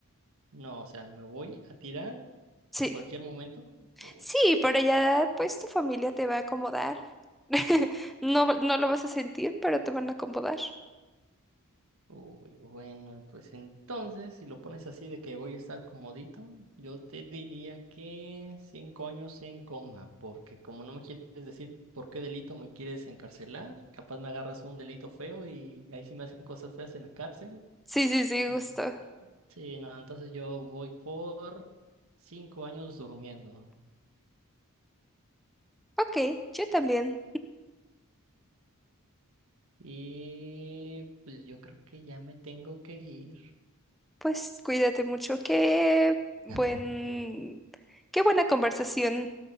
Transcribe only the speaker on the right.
No, o sea, me voy a tirar
en cualquier momento. Uy.
Uy, bueno, pues entonces, si lo pones así de que voy a estar comodito, yo te diría que cinco años en coma, porque como no me quieres decir por qué delito me quieres encarcelar, capaz me agarras un delito feo y ahí sí me hacen cosas feas en la cárcel.
En-
Sí, no, entonces yo voy por cinco años durmiendo.
Y pues yo creo que ya me tengo que ir.
<laughs>